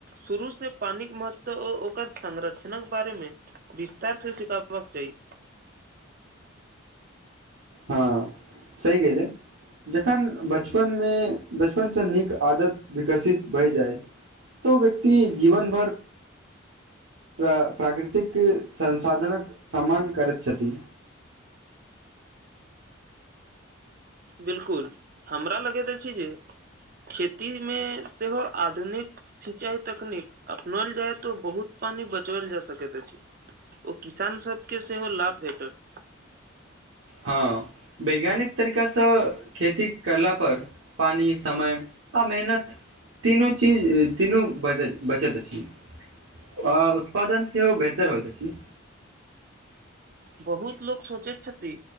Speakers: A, on the right (about 45°); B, on the right (about 80°).
A: शुरू से पानी के महत्व आ ओकर संरक्षणक बारे मे विस्तार से सिखाबक चाही
B: हँ सही गेलै जखन बचपनमे बचपनसँ नीक आदत विकसित भए जाय तौ व्यक्ति जीवन भरि प्र प्राकृतिक संसाधनक सम्मान करैत छथि
A: बिल्कुल हमरा लगैत अछि जे खेती मे सेहो आधुनिक सिंचाई तकनीक अपनाऊल जाय तो बहुत पानी बचल जा सकैत अछि ओ किसान सबके सेहो लाभ भेटत
B: हँ वैज्ञानिक तरीका सँ खेती करला पर पानि समय आ मेहनत तीनू चीज तीनू बच बचत अछि अ उत्पादन सेहो बेहतर होइत अछि
A: बहुत लोक सोचैत छथि